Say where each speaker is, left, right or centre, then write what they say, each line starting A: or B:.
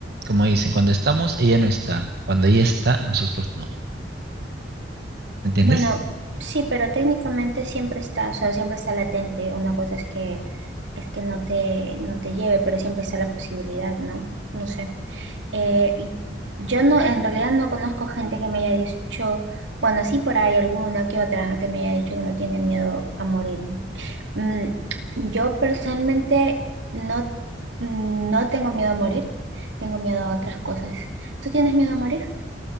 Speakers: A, on the right; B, on the right.
A: como dicen, cuando estamos, ella no está. Cuando ella está, nosotros no. ¿Me entiendes?
B: Bueno, sí, pero técnicamente siempre está, o sea, siempre está latente. Una cosa es que es que no te, no te lleve, pero siempre está la posibilidad, ¿no? No sé. Eh, y yo no, en realidad no conozco gente que me haya dicho, bueno, sí por ahí alguna que otra ¿no? que me haya dicho que no tiene miedo a morir. Mm, yo personalmente no, no tengo miedo a morir, tengo miedo a otras cosas. ¿Tú tienes miedo a morir?